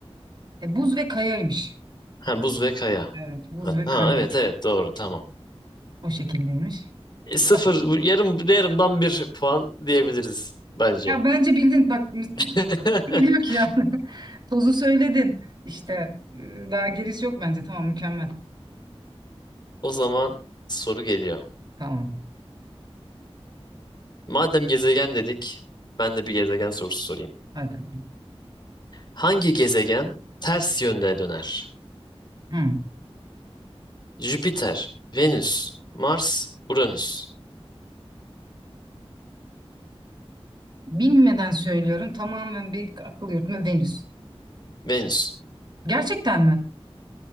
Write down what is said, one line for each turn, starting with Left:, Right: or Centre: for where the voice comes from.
Right: E, buz ve kayaymış.
Left: Ha buz ve kaya.
Right: Evet, buz
Left: Ha,
Right: ve
Left: ha,
Right: kaya.
Left: evet evet doğru tamam.
Right: O şekildeymiş.
Left: E, sıfır
Right: Tamam.
Left: bu yarım yarımdan bir puan diyebiliriz bence.
Right: Ya bence bildin bak
Left: <laughs>
Right: kim biliyor ki yani. <laughs> Tozu söyledin. İşte e, daha gerisi yok bence. Tamam mükemmel.
Left: O zaman soru geliyor.
Right: Tamam.
Left: Madem gezegen dedik, ben de bir gezegen sorusu sorayım.
Right: Hadi.
Left: Hangi gezegen ters yönde döner?
Right: Hı.
Left: Jüpiter, Venüs, Mars, Uranüs.
Right: Bilmeden söylüyorum. Tamamen bir akıl yürütme Venüs.
Left: Venüs.
Right: Gerçekten mi?